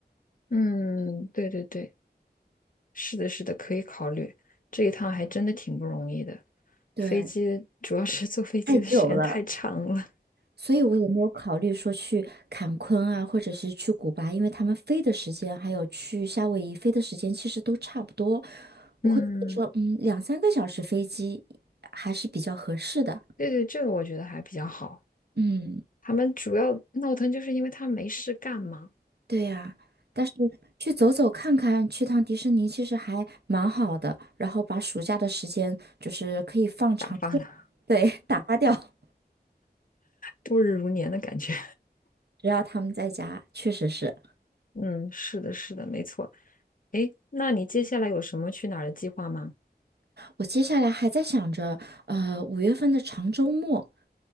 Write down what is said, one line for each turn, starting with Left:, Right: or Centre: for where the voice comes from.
Left: 嗯，对对对，是的，是的，可以考虑。这一趟还真的挺不容易的，
Right: 对的，
Left: 飞机主要是坐飞机的时间太长了。
Right: 对太久了。所以我也没有考虑说去坎昆啊，或者是去古巴，因为他们飞的时间还有去夏威夷飞的时间其实都差不多。我会觉得说，
Left: 嗯，
Right: 嗯，两三个小时飞机还是比较合适的。
Left: 对对，这个我觉得还比较好。
Right: 嗯，
Left: 他们主要闹腾就是因为他没事干嘛，
Right: 对呀，但是去走走看看，去趟迪士尼其实还蛮好的，然后把暑假的时间就是可以放长线
Left: 打发了
Right: <laughs> 对，打发掉。
Left: 度日如年的感觉。
Right: 只要他们在家，确实是。
Left: 嗯，是的，是的，没错。诶，那你接下来有什么去哪儿的计划吗？
Right: 我接下来还在想着，呃，五月份的长周末。